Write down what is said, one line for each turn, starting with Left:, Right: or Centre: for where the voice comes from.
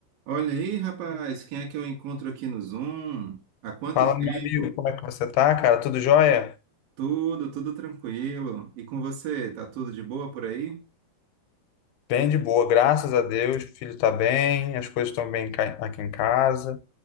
Right: Olha aí, rapaz, quem é que eu encontro aqui no Zoom? Há quanto
Left: Fala,
Right: tempo?
Left: meu amigo, como é que você tá, cara? Tudo jóia?
Right: Tudo, tudo tranquilo. E com você, tá tudo de boa por aí?
Left: Bem de boa, graças a Deus. O filho tá bem, as coisas estão bem ca- aqui em casa.